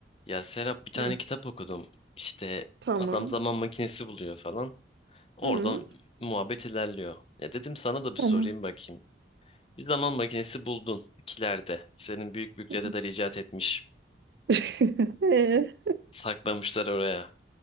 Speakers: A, on the left (about 30°); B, on the right (about 65°).
A: Ya Serap bir tane
B: Hı,
A: kitap okudum. İşte
B: tamam.
A: adam zaman makinesi buluyor falan. Oradan
B: Hı,
A: muhabbet ilerliyor. E dedim sana da bir
B: tamam.
A: sorayım bakayım. Bir zaman makinesi buldun kilerde. Senin büyük büyük
B: Hı.
A: dedeler icat etmiş.
B: <laughs> Ee,
A: Saklamışlar oraya.